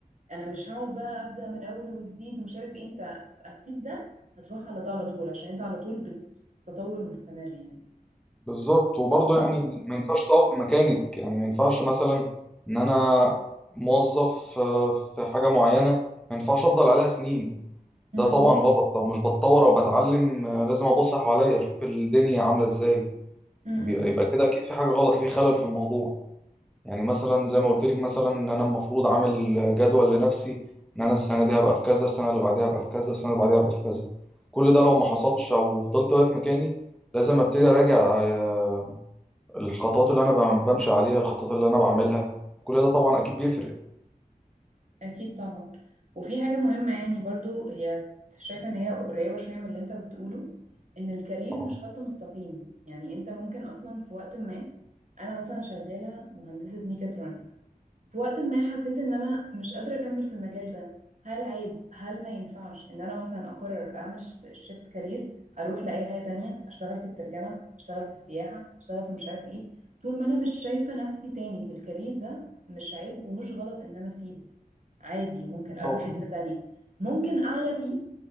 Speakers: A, on the right; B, in the centre.
A: انا مش هقعد بقى ابدا من اول وجديد ومش عارف ايه انت هتسيب ده هتروح على ده على طول عشان انت على طول بتتطور مستمر يعني
B: بالظبط وبرضه يعني ما ينفعش تقف في مكانك يعني ما ينفعش مثلا ان انا موظف آه، في حاجة معينة ما ينفعش افضل عليها سنين
A: مم.
B: ده طبعا غلط لو مش بتطور او بتعلم آه، لازم ابص حواليا اشوف الدنيا عاملة ازاي
A: مم. مم.
B: بيبقى يبقى كده اكيد في حاجة غلط في خلل في الموضوع يعني مثلا زي ما قلت لك مثلا ان انا المفروض عامل جدول لنفسي ان انا السنه دي هبقى في كذا السنه اللي بعديها هبقى في كذا السنه اللي بعديها هبقى في كذا كل ده لو ما حصلش او فضلت واقف مكاني لازم ابتدي اراجع آه، الخطوات اللي انا بم- بمشي عليها الخطوات اللي انا بعملها كل ده طبعا اكيد بيفرق
A: اكيد طبعا وفي حاجه مهمه يعني برضو هي شايفه ان هي قريبه شويه من اللي انت بتقوله ان الكارير مش
B: اه
A: خط مستقيم يعني انت ممكن اصلا في وقت ما انا مثلا شغاله مهندسه ميكاترونكس في وقت ما حسيت ان انا مش قادره اكمل في المجال ده هل عيب هل ما ينفعش ان انا مثلا اقرر اعمل شيفت كارير اروح لاي حاجه تانية اشتغل في الترجمه اشتغل في السياحه اشتغل في مش عارف ايه طول ما انا مش شايفه نفسي تاني في الكارير ده مش عيب ومش غلط ان انا اسيبه عادي ممكن اروح
B: طبعا
A: حتة تانية ممكن اعلى فيه